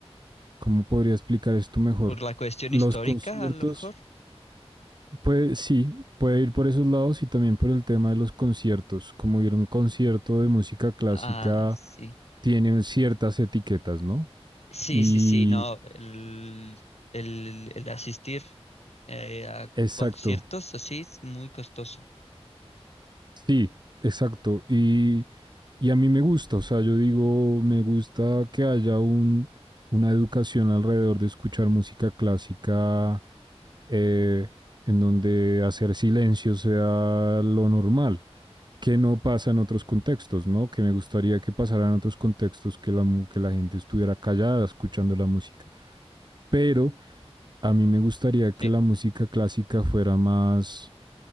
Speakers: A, on the right (about 45°); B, on the left (about 80°).
A: ¿cómo podría explicar esto mejor?
B: Por la cuestión
A: Los
B: histórica,
A: conciertos
B: a lo mejor.
A: Puede, sí, puede ir por esos lados y también por el tema de los conciertos. Como ir a un concierto de música clásica
B: Ah, sí.
A: tiene ciertas etiquetas, ¿no?
B: Sí,
A: Y
B: sí, sí, no. El, el, el asistir eh, a
A: exacto,
B: conciertos así es muy costoso.
A: sí, exacto. Y, y a mí me gusta, o sea, yo digo, me gusta que haya un, una educación alrededor de escuchar música clásica eh, en donde hacer silencio sea lo normal. que no pasa en otros contextos, ¿no? Que me gustaría que pasara en otros contextos que la, mu- que la gente estuviera callada escuchando la música. Pero a mí me gustaría que
B: Sí,
A: la música clásica fuera más,